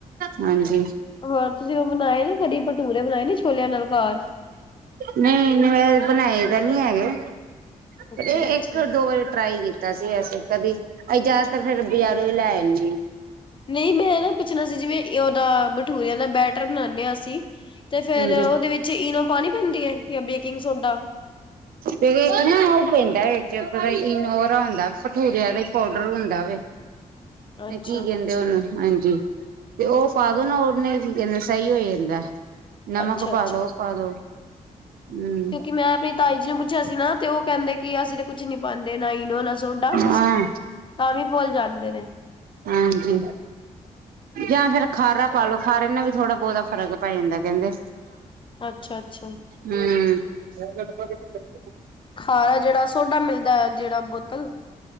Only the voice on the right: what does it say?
ਹਾਂਜੀ
ਨਹੀਂ ਇੰਨੇ ਬਣਾਏ ਤਾਂ ਨਹੀਂ ਹੈਗੇ ਪਰ
ਇਹ
ਇੱਕ ਦੋ ਵਾਰੀ ਟਰਾਈ ਕੀਤਾ ਕੀਤਾ ਸੀਗਾ ਅਸੀਂ ਕਦੀ ਜਿਆਦਾਤਰ ਫਿਰ ਬਜਾਰੋਂ ਹੀ ਲੈ ਆਨੀ
ਹਾਂਜੀ
ਤੇ ਇੱਕ ਨਾ ਉਹ ਪੈਂਦਾ ਇਚ ਪਤਾ ਇਨੋਰਾ ਹੁੰਦਾ ਹੈ ਭਠੂਰਿਆਂ ਦਾ ਪਾਊਡਰ ਹੁੰਦਾ ਵੇ ਤੇ
ਕੀ ਕਹਿੰਦੇ ਉਹਨੂੰ ਹਾਂਜੀ ਤੇ ਉਹ ਪਾ ਦੋ ਨਾ ਉਹਨੇ ਚੀਜ਼ਾਂ ਦਾ ਸਹੀ ਹੋ ਜਾਂਦਾ ਹੈ ਨਮਕ
ਪਾ
ਦੋ ਉਹ ਪਾ ਦੋ ਹੂ,,,
ਹਾਂ
ਹਾਂਜੀ ਜਾਂ ਫਿਰ ਖਾਰਾ ਪਾਲੋ ਖਾਰੇ ਨਾਲ ਵੀ ਥੋੜਾ ਬਹੁਤਾ ਫਰਕ ਪੈ ਜਾਂਦਾ ਕਹਿੰਦੇ।
ਹੂ,,,